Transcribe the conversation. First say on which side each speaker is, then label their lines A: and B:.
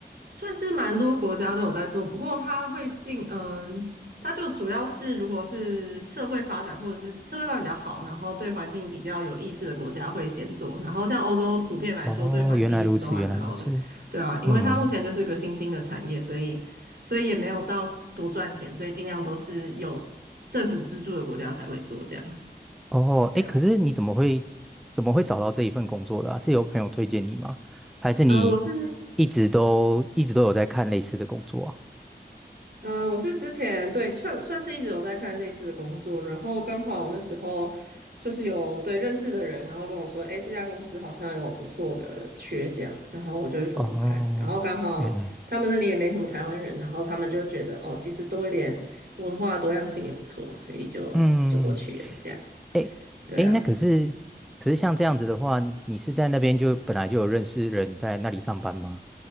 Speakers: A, on the right; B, in the centre.
A: 算是蛮多国家都有在做，不过它会进，嗯，它就主要是如果是社会发展或者是社会发展比较好，然后对环境比较有意识的国家会先做，然后像欧洲普遍来说对环境意识都蛮高的，
B: 哦，原来如此，原来如此。
A: 对啊，因为它目前就是个新兴的产业，
B: 嗯。
A: 所以所以也没有到多赚钱，所以尽量都是有政府资助的国家才会做这样，
B: 哦，
A: 对啊，
B: 哎，可是你怎么会怎么会找到这一份工作的啊？是有朋友推荐你吗？还是你
A: 呃，我是。
B: 一直都一直都有在看类似的工作啊？
A: 嗯，我是之前对算算是一直有在看类似的工作，然后刚好那时候就是有对认识的人，然后跟我说，诶，这家公司好像有不错的缺这样，然后我就去偷偷看，
B: 哦，
A: 然后刚好他们那里也没什么台湾人，
B: 原来，
A: 然后他们就觉得哦，其实多一点文化多样性也不错，所以就就过去了这样，
B: 嗯，哎哎，
A: 对啊。
B: 那可是可是像这样子的话，你是在那边就本来就有认识人在那里上班吗？